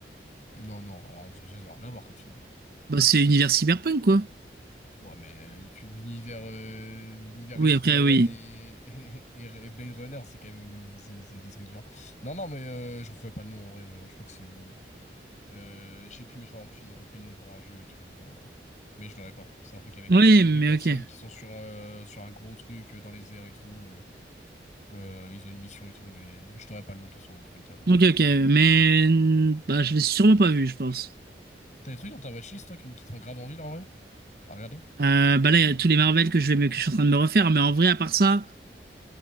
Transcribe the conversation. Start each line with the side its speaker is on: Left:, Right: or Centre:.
Left: Non, non, alors déjà, ça n'a rien à voir comme film.
Right: Bah, c'est univers cyberpunk, quoi.
Left: Ouais, mais euh, tu- l'univers euh, l'univers
Right: Oui,
Left: Ready
Right: après,
Left: Player
Right: oui.
Left: One et, <laughs> et, et Blade Runner, c'est quand même c'est c'est deux trucs différents. Non, non, mais euh, je retrouvais pas le nom, en vrai. euh, Je crois que c'est... euh, je sais plus, mais je crois en plus, ils ont repris le nom pour un jeu et tout. euh, Mais je l'aurais pas. C'est un truc avec
Right: Oui,
Left: euh, deux
Right: mais
Left: personnes
Right: ok.
Left: qui sont sur, euh, sur un gros truc euh, dans les airs et tout. euh, euh, ils ont une mission et tout, mais je t'aurais pas le nom de toute façon, dans tous les cas, donc,
Right: Ok,
Left: euh,
Right: ok.
Left: donc ouais.
Right: Mais... mm, Bah, je l'ai sûrement pas vu, je pense.
Left: T'as des trucs dans ta watchlist, toi, qui, qui te font grave envie, là, en vrai? À regarder?
Right: Euh, bah là, il y a tous les Marvel que je vais, me- que je suis en train de me refaire, mais en vrai, à part ça,